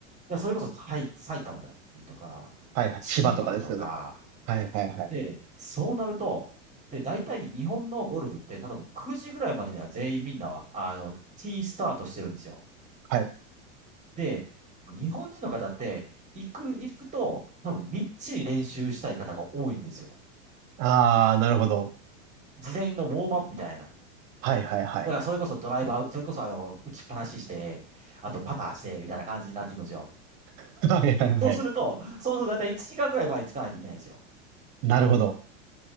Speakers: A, on the right; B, on the right.
A: いや、それこそ埼、埼玉だったりとか、
B: はい、はい。
A: 千葉とか、
B: 千葉とかですよね。はい、はい、はい。
A: で、そうなると、で、大体日本のゴルフって、多分9時ぐらいまでには全員みんなは、あの、T スタートしてるんですよ。
B: はい。
A: で、日本人の方って、行く、行くと、多分みっちり練習したい方が多いんですよ。
B: ああ、なるほど。
A: 事前のウォームアップみたいな。
B: はい、はい、はい。
A: だからそれこそドライバー、それこそあの、打ちっぱなしして、あとパターして、みたいな感じになっていくんですよ。
B: <laughs> はい、はい、はい。
A: そうすると、そうすると大体1時間ぐらい前につかないといけないんですよ。
B: なるほど。